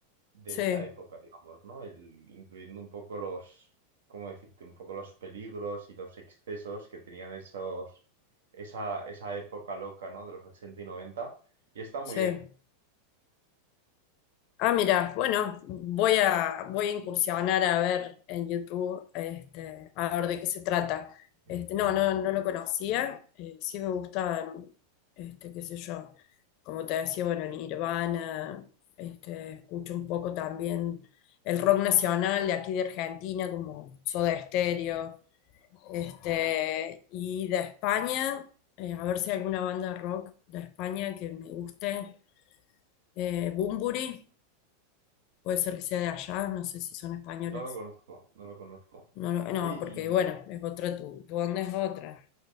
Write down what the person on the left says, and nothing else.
Sí,
sí.
Ah, mira, bueno, voy a, voy a incursionar a ver en YouTube, este, a ver de qué se trata.
Este, no, no, no lo conocía. Eh, sí me gustan, este, qué sé yo, como te decía, bueno, Nirvana, este, escucho un poco también el rock nacional de aquí de Argentina, como Soda Stereo. Este, y de España, eh, a ver si hay alguna banda rock de España que me guste. Eh, Bunbury, puede ser que sea de allá, no sé si son españoles.
No, lo- no,
porque
bueno, es otra, tu, tu onda es otra.